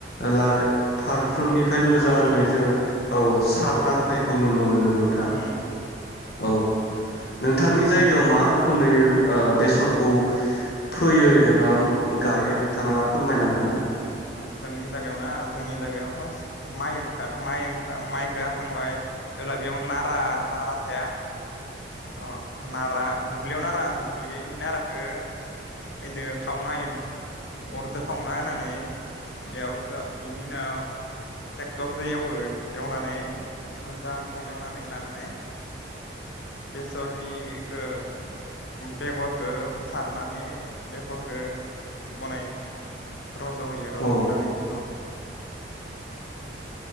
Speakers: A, on the left (about 55°); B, on the left (about 70°).
A: लार फार फारफ्रोमनिफ्राय मोजाङै
B: औ नंगौ नोंथां
A: जोङो औ सारना होनायखौ नुनो मोनो नोंथां
B: उम
A: औ नोंथांनि जायगायाव
B: बे
A: मा रोखोमै ओ बेसरखौ फैयो राम गायो
B: ओ
A: नोंथाङा फोरमायनो हागोन ना?
B: जोंनि जायगायाव ना जोंनि जायगायाव फार्स्ट माइ ओंखार माइ ओंखार माइखौ हाखांबाय जेब्ला बेयाव नारा नारा थाया अ नारा दुब्लियाव नारा दुब्लिनि नाराखौ दो खावना हो अरदो खावना होनानै बेयावस बेनि उनाव ट्रेक्टरजों एवो एवनानै मोजां एवनानै लानानै बेसरनिखौ बेगरखौ सारनानै बेगरखौ बनायो। रज' होयो रज'
A: औ
B: होनानै उनाव